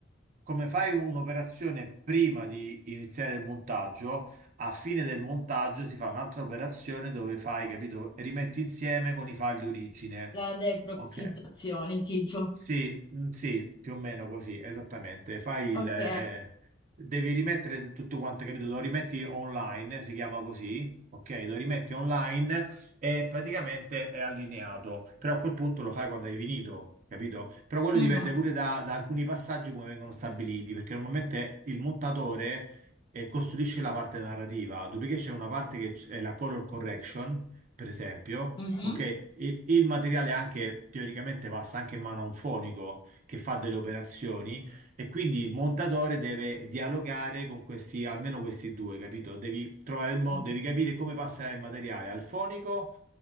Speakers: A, on the right; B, on the left.
A: come fai un'operazione prima di iniziare il montaggio, a fine del montaggio si fa un'altra operazione dove fai, capito? Rimetti insieme con i file di origine,
B: La deproxizzazione,
A: ok?
B: tipo.
A: Sì, mm, sì, più o meno così, esattamente. Fai il,
B: Ok.
A: eh, eh, devi rimettere tutto quanto, capito? Lo rimetti online, si chiama così, ok? Lo rimetti online e praticamente è allineato, però a quel punto lo fai quando hai finito, capito? Però quello
B: Mhm,
A: dipende pure da, da alcuni passaggi come vengono stabiliti, perché normalmente il montatore, eh, costruisce la parte narrativa, dopodiché c'è una parte che c- è la color correction, per esempio
B: mhm,
A: Ok, I- il materiale anche teoricamente passa anche in mano a un fonico che fa delle operazioni e quindi il montatore deve dialogare con questi, almeno questi due, capito? Devi trovare il modo,
B: mhm.
A: devi capire come passare il materiale al fonico